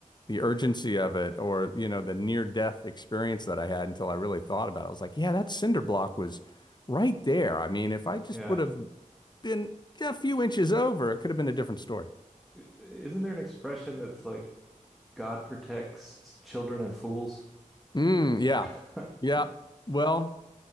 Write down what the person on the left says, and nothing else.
the urgency of it or, you know, the near death experience that I had until I really thought about it. I was like, yeah, that cinder block was right there. I mean, if I just
would have been a few inches over, it could have been a different story.
Mm, yeah.
Yeah. Well,